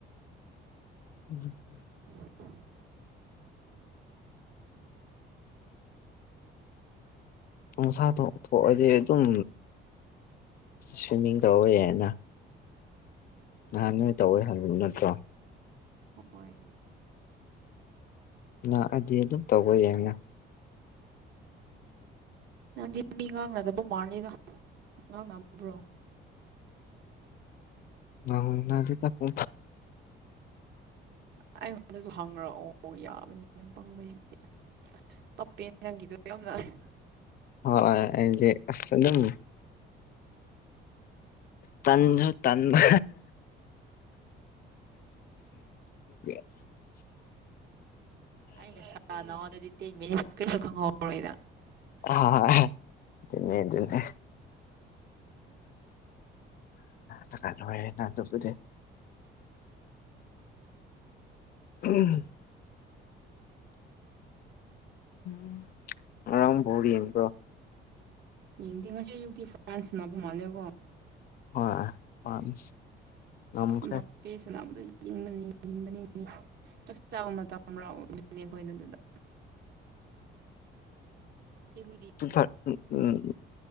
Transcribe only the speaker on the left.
ꯎꯝ <unintelligible> <inaudible>
ꯄꯣꯡꯁꯥꯗꯣ ꯊꯣꯛꯑꯗꯤ ꯑꯗꯨꯝ ꯁ꯭ꯋꯤꯝꯃꯤꯡ ꯇꯧꯕ ꯌꯥꯢꯅ ꯅꯍꯥꯟ ꯅꯣꯏ ꯇꯧꯋꯏ ꯍꯥꯏꯕ ꯅꯠꯇ꯭ꯔꯣ
ꯂꯥꯛꯑꯗꯤ ꯑꯗꯨꯝ ꯇꯧꯕ ꯌꯥꯡꯅ
ꯃꯟꯅꯗꯤꯗ ꯐ
ꯍꯣꯏ ꯑꯁ ꯑꯗꯨꯗꯝ ꯇꯟꯖꯨ ꯇꯟꯗ <unintelligible> <inaudible>
ꯑ ꯑꯗꯨꯅꯤ ꯑꯗꯨꯅꯤ ꯀꯦ ꯅ ꯑꯗꯨꯕꯨꯗꯤ <inaudible> ꯎꯝ <unintelligible> <inaudible> <inaudible> ꯉꯔꯡ ꯕꯥꯜ ꯌꯦꯡ ꯕꯔꯣ
ꯍꯣꯏ ꯐ꯭ꯔꯥꯟꯁ ꯉꯝꯈ꯭ꯔꯦ
ꯨꯔ ꯎꯝꯝ